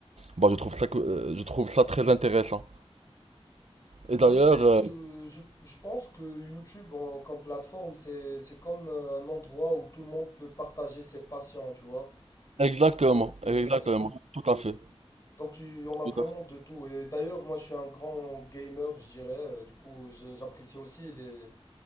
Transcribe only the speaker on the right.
Bah, je trouve ça, que- euh, je trouve ça très intéressant. Et
d'ailleurs,
euh,
exactement,
exactement, tout à fait,
tout à fait,